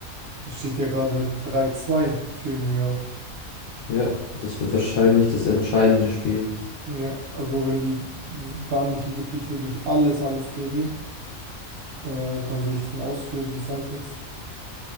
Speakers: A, on the right; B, on the left.
A: Es steht ja gerade drei zwei für New York.
B: Ja, das wird wahrscheinlich das entscheidende Spiel.
A: Ja, also wenn die s- da nicht wirklich, wirklich alles, alles geben, äh, dann sehe ich es ein Aus für die Celtics.